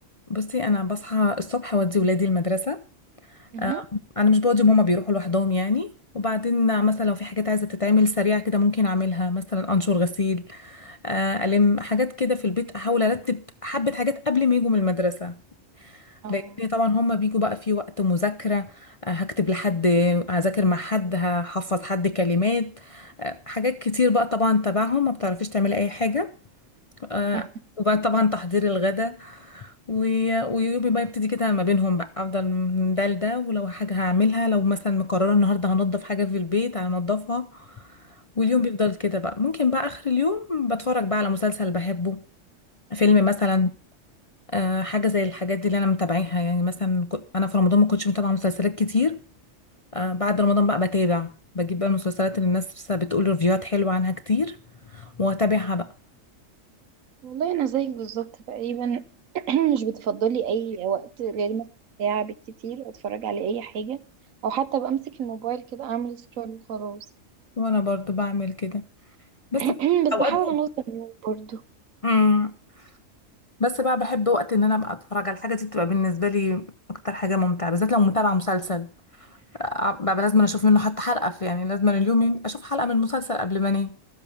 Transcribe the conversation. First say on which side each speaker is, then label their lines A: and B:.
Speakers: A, on the left; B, on the right.
A: بصي انا بصحى الصبح اودي ولادي المدرسه
B: مهم.
A: آه، انا مش بودي هما بيروحوا لوحدهم يعني وبعدين مثلا لو في حاجات عايزه تتعمل سريعه كده ممكن اعملها مثلا انشر غسيل آه، الم حاجات كده في البيت احاول ارتب حبه حاجات قبل ما يجوا من المدرسه
B: اه
A: لان طبعا هما بيجوا بقى في وقت مذاكرة آه، هكتب لحد هذاكر مع حد هحفظ حد كلمات آه، حاجات كتير بقى طبعا تبعهم ما بتعرفيش تعملي اي حاجة آه،
B: <laughs>
A: وبقى طبعا تحضير الغدا و- ويومي بقى يبتدي كده ما بينهم بقى افضل من ده لده ولو حاجة هعملها لو مثلا مقررة النهاردة هنضف حاجة في البيت هنضفها واليوم بيفضل كده بقى ممكن بقى اخر اليوم بتفرج بقى على مسلسل بحبه فيلم مثلا آه، حاجة زي الحاجات دي اللي أنا متابعيها يعني مثلا كو- أنا في رمضان ما كنتش متابعة مسلسلات كتير آه، بعد رمضان بقى بتابع بجيب بقى المسلسلات اللي الناس لسه بتقول ريفيوهات حلوة عنها كتير وأتابعها بقى
B: والله انا زيك بالظبط تقريبا <clears throat> مش بتفضلي اي وقت غير مثلا ساعه بالكتير اتفرج على اي حاجه او حتى بمسك الموبايل كده اعمل سكرول وخلاص
A: وأنا برضو بعمل كده بس
B: <clears throat>
A: ب-
B: بس
A: أوقات
B: بحاول انظم يومي برضو
A: امم <laughs> بس بقى بحب وقت إن أنا أبقى أتفرج على الحاجة دي بتبقى بالنسبة لي أكتر حاجة ممتعة بالذات لو متابعة مسلسل آه، بقى لازم أشوف منه حتى حلقة في يعني لازم اليوم ين- أشوف حلقة من المسلسل قبل ما أنام